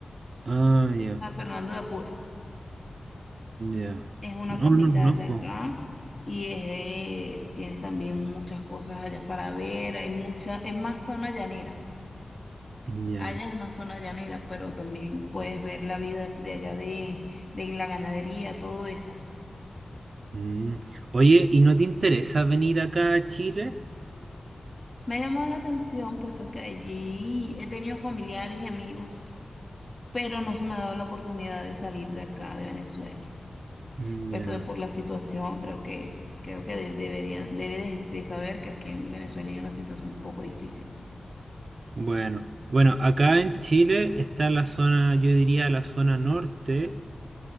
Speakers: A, on the right; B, on the left.
A: Ah, ya,
B: San Fernando de Apure,
A: ya.
B: es una
A: No,
B: capital
A: no, no,
B: de acá
A: po.
B: y es, tienes también muchas cosas allá para ver. Hay mucha, es más zona llanera.
A: Ya.
B: Allá es más zona llanera, pero también puedes ver la vida de allá de, de la ganadería, todo eso.
A: Mm. Oye, ¿y no te interesa venir acá a Chile?
B: Me ha llamado la atención, puesto que allí he tenido familiares y amigos, pero no se me ha dado la oportunidad de salir de acá, de Venezuela.
A: Mm,
B: Esto
A: Ya.
B: de por la situación, creo que, creo que de- debería, debes de saber que aquí en Venezuela hay una situación un poco difícil.
A: Bueno, bueno, acá en Chile está la zona, yo diría la zona norte,